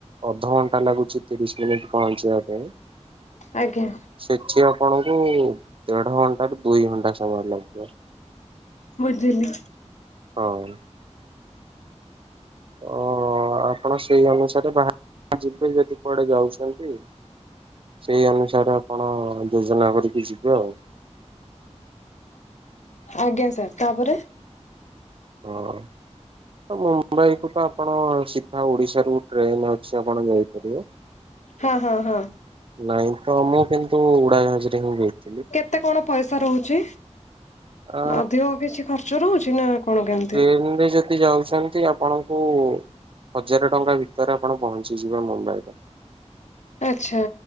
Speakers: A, on the right; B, on the left.
A: ଅଧଘଣ୍ଟା ଲାଗୁଛି ତିରିଶ ମିନିଟ୍ ପହଞ୍ଚିବା ପାଇଁ।
B: ଆଜ୍ଞା
A: ସେଠି ଆପଣଙ୍କୁ ଦେଢ ଘଣ୍ଟା ରୁ ଦୁଇ ଘଣ୍ଟା ସମୟ ଲାଗିବ।
B: ବୁଝିଲି।
A: ହଁ। ତ ଆପଣ ସେଇ ଅନୁସାରେ ବାହାରି ଯିବେ ଯଦି କୁଆଡେ ଯାଉଛନ୍ତି। ସେଇ ଅନୁସାରେ ଆପଣ ଯୋଜନା କରିକି ଯିବେ ଆଉ।
B: ଆଜ୍ଞା ସାର୍ ତାପରେ?
A: ହଁ। ମୁମ୍ବାଇ କୁ ତ ଆପଣ ସିଧା ଓଡିଶାରୁ ଟ୍ରେନ ଅଛି ଆପଣ ଯାଇପାରିବେ।
B: ହଁ ହଁ ହଁ।
A: ନାଇଁ ତ ମୁଁ କିନ୍ତୁ ଉଡାଜାହାଜରେ ହିଁ ଯାଇଥିଲି।
B: କେତେ କଣ ପଇସା ରହୁଛି
A: ଆ
B: ଅଧିକ କିଛି ଖର୍ଚ୍ଚ ରହୁଛି ନା କଣ କେମିତି?
A: ଏ <unintelligible> ଯଦି ଯାଉଛନ୍ତି ଆପଣଙ୍କୁ ହଜାର ଟଙ୍କା ଭିତରେ ଆପଣ ପହଞ୍ଚିଯିବେ ମୁମ୍ବାଇରେ
B: ଆଛା